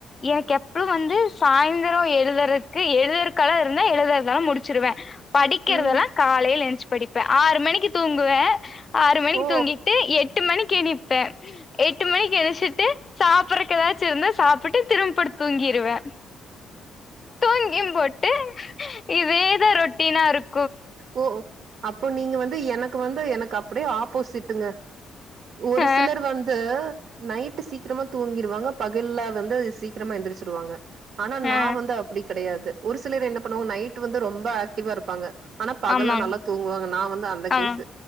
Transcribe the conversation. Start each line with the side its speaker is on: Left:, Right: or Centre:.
Left: எனக்கு எப்பளு வந்து சாயந்திரோ எழுதுறதுக்கு எழுதுறக்கல்லா இருந்தா எழுதுறதெலா முடிச்சிருவே படிக்கிறதெல்லா
Right: ம்
Left: காலைல எஞ்ச்சு படிப்பே ஆறு மணிக்கு தூங்குவே ஆறு மணிக்கு
Right: ஓ
Left: தூங்கிட்டு எட்டு மணிக் க்கு எனிப்பே எட்டு மணிக்கு எந்ஞ்சிட்டு சாப்பிறக்கு எதாச்சு இருந்தா சாப்பிட்டு படுத் தூங்கிருவே தூங்கியுபோட்டு இதேதா ரொட்டினாருக்
Right: ஓ அப்போ நீங்க வந்து எனக் க்கு வந்து எனக்கு அப்டியே ஆப்போசிட்டுங்க ஒரு
Left: ஆ
Right: சிலர் வந்து நைட்டு சீக்ரமா தூங்கிருவாங்க பகல்ல வந்து அது சீக்கரமா எந்திரிச்சிருவாங்க ஆனா நா
Left: ஆ
Right: வந்து அப்டி கெடயாது ஒரு சிலர் என்ன பண்ணுவாங்க நைட் வந்து ரொம்ப ஆக் டிவா இருப்பாங்க ஆனா பகல்ல
Left: ஆமாங்
Right: நல்லா தூங்குவாங்க நா வந்து அந்த கேசு
Left: ஆமாங்